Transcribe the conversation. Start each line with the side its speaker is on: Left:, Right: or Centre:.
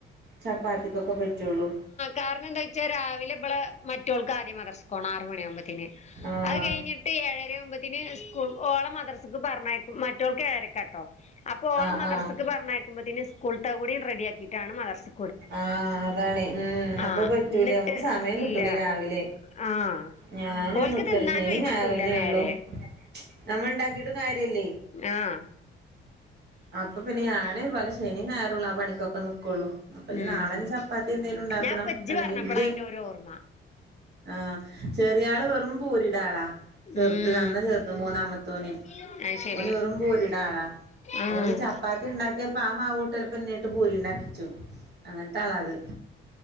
Right: ചപ്പാത്തിക്കൊക്ക പറ്റ്ള്ളൂ
Left: കാർണം എന്താ ചൊയിച്ചാല് രാവില ഇബളെ മറ്റോൾക്ക് ആദ്യം മദർസ്ക്കോണം ആറ് മണി ആവുമ്പോത്തേന്
Right: ആഹ്
Left: അത് കഴിഞ്ഞി ട്ട് ഏഴര ആവുമ്പത്തിന് സ്കൂൾ ഓള മദർസക്ക് പർഞ്ഞയക്കും മറ്റോൾക്ക് ഏഴരക്ക ട്ടോ അപ്പൊ ഓള
Right: ആഹ്
Left: മദർസ്ക്ക്
Right: ആഹ്
Left: പറഞ്ഞയക്കുമ്പോത്ത്ന് സ്കൂൾത്തെ കൂടി റെഡിയാക്കിയിറ്റാണ് മദർസ്
Right: ആഹ് അതാണ് ഉം അപ്പൊ
Left: ആഹ്
Right: പറ്റൂലേ
Left: എന്നിട്ട്
Right: നമുക്ക് സമയം കിട്ടൂലേ
Left: ഇല്ല
Right: രാവിലെ
Left: ആഹ്
Right: ഞാന്
Left: ഓൽക്ക്
Right: നിക്കൂല
Left: തിന്നാനും
Right: ശനി
Left: ഒഴിവിട്ടൂല
Right: ഞായറന്നെ
Left: നേരെ
Right: ഉള്ളു നമ്മ ഉണ്ടാക്കീട്ടും കാര്യല്ലേ
Left: ആഹ്
Right: അപ്പൊ പിന്നെ ഞാന് പോല ശനിം ഞായറുള്ളൂ ആ പണിക്കൊക്കെ ന്ക്കുള്ളൂ അപ്പ ഇയ്യ്
Left: ഉം
Right: നാളൻ ചപ്പാത്തി എന്തേലും ഉണ്ടാക്കണം
Left: ഞാൻ ഇപ്പ ഇജ്ജ്
Right: അല്ലെങ്കിൽ
Left: പറഞ്ഞപ്പളാ
Right: ഇന്റെ
Left: അയിന്റെ ഒരു ഓർമ്മ
Right: ആഹ് ചെറിയ ആള് വെറും പൂരിട ആളാ ചെറുത്
Left: ഉം
Right: നന്ന ചെറുത് മൂന്നാമത്തോന്
Left: അത് ശരി
Right: ഒന്ന് വെറും മ്പൂരിടാളാ
Left: ഉം
Right: ഓന് ചപ്പാത് ത്തി ഉണ്ടാക്കിയപ്പപ്പോ ആ മാവോട്ടല് പിന്നേട്ട് ഭൂരി ഇണ്ടാക്കിച്ചു അങ്ങനത്താലാത്